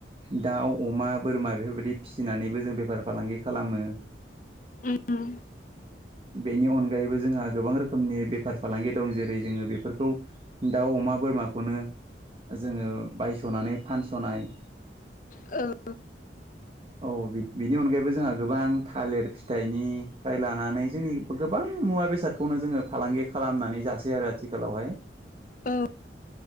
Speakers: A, on the right; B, on the left.
A: दाउ अमा बोरमा बेफोरबायदि फिसिनानैबो जों बेफार फालांगि खालामो
B: ओम
A: बेनि अनगायैबो जोंहा गोबां रोखोमनि बेफार फालांगि दं जेरै जोङो बेफोरखौ दाउ अमा बोरमाखौनो जोङो बायस'नानै फानस'नाय
B: ओ
A: औ बेनि अनगायैबो जोंहा गोबां थालिर फिथाइनि फ्राय लानानै जोंनि गोबां मुवा बेसादखौनो जोङो फालांगि खालामनानै जासै आरो आथिखालावहाय
B: औ